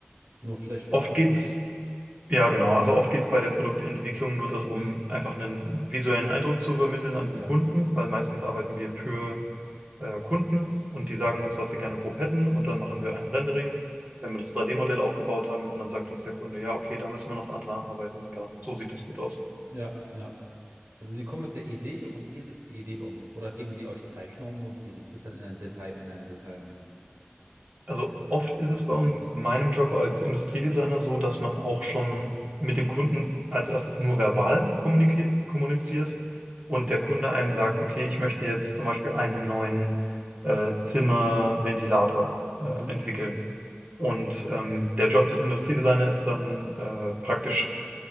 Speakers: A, on the right (about 65°); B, on the right (about 30°).
A: Nur vielleicht für
B: Oft
A: den Abschluss.
B: geht's Ja, genau. Also oft geht es bei der Produktentwicklung nur darum, einfach einen visuellen Eindruck zu übermitteln an den
A: Ja,
B: Kunden, weil meistens arbeiten wir für äh, Kunden und die sagen uns, was sie gerne grob hätten und dann machen wir ein Rendering, wenn wir das 3D-Modell aufgebaut haben und dann sagt uns der Kunde, ja, okay, da müssen wir noch andere arbeiten oder so sieht das gut aus.
A: ja, ja. Also sie kommen mit der Idee und ihr setzt die Idee um. Oder geben die euch Zeichnungen und ihr setzt es dann in ein Detail, in eine Datei um.
B: Also oft ist es bei un- meinem Job als Industriedesigner so, dass man auch schon mit dem Kunden als erstes nur verbal kommuniki- kommuniziert und der Kunde einem sagt, okay, ich möchte jetzt zum Beispiel einen neuen äh, Zimmerventilator äh,
A: Mhm.
B: entwickeln. Und ähm, der Job des Industriedesigners ist dann äh, praktisch